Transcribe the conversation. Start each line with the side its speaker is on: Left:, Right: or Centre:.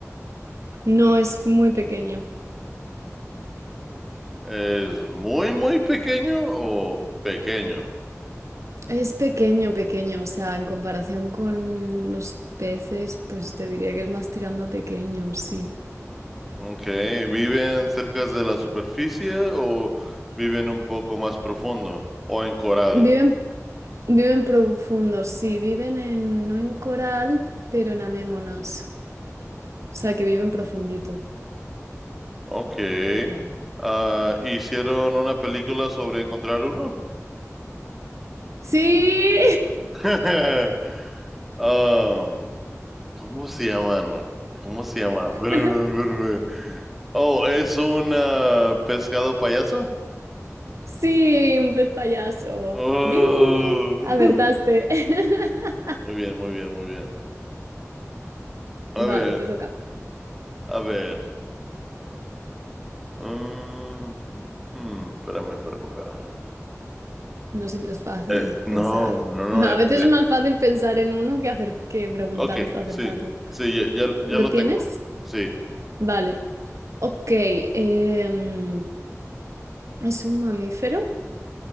Right: No, es muy pequeño.
Centre: ¿Es muy, muy pequeño o pequeño?
Right: Es pequeño, pequeño. O sea, en comparación con los peces, pues te diría que es más tirando a pequeño, sí.
Centre: Ok, ¿viven cerca de la superficie o viven un poco más profundo o en coral?
Right: Viven, viven profundos, sí, viven en, no en coral, pero en anémonas. O sea, que viven profundito.
Centre: Ok. Ah, hicieron una película sobre encontrar uno.
Right: Sí,
Centre: <laughs> Um, ¿cómo se llaman? ¿Cómo se llama? <laughs> Espérame,
Right: <laughs>
Centre: espérame. Oh, es un ah, pescado payaso.
Right: sí, un pantallazo.
Centre: Oh.
Right: Ding, ding, ding. Acertaste.
Centre: <laughs>
Right: <laughs>
Centre: Muy bien, muy bien, muy bien. A
Right: Vale,
Centre: ver,
Right: te toca.
Centre: a ver. Mm, hmm, espérame, espérame, espérame.
Right: No siempre es fácil
Centre: Eh, no,
Right: pensar.
Centre: no, no.
Right: <laughs> A
Centre: eh,
Right: veces
Centre: eh,
Right: es más fácil pensar en uno que, hacer, que preguntar
Centre: ok,
Right: hasta acertarlo.
Centre: sí, sí, ya, ya, ya
Right: ¿Lo
Centre: lo
Right: tienes?
Centre: tengo. Sí,
Right: Vale. Ok. em, ¿es un mamífero?